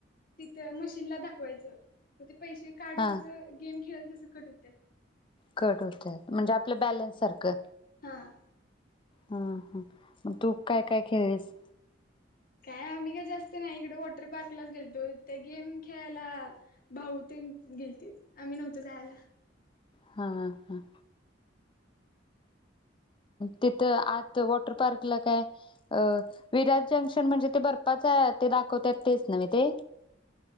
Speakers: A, on the left; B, on the left.
A: तिथ मशीनला दाखवायचं म ते पैसे कार्डवररच
B: हा.
A: गेम खेळल तसं कट होत्यात
B: कट होत म्हणजे आपलं बॅलन्स सारखं
A: हा
B: हा हा मग तू काय काय खेळलीस?
A: काय आम्ही का जास्त नाही इकडे वॉटर पार्कलाच गेलतो त्या गेम खेळायला भाऊ ते गेलते आम्ही नव्हतो जायला
B: हा हा तिथं आत वॉटर पार्कला काय अ विराट जंक्शन म्हणजे ते बर्पाच आहे ते दाखवतत तेच न म ते